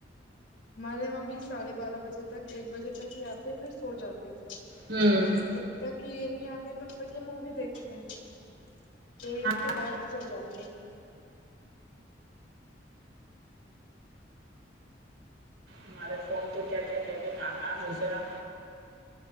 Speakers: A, on the left; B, on the right.
A: ہمارے وہاں بھی ساڑھے بارہ بجے تک ایک بجے تک ہی آتے پھر سو جاتے ہیں سب
B: ہوں
A: جب تک یہ نہیں آتے تب تک کے مووی دیکھتے ہیں پھر اس
B: ہاں
A: کے بعد سو جاتے
B: ہمارا فون تو کیا کیا کیا کیا کہاں کہاں گسرا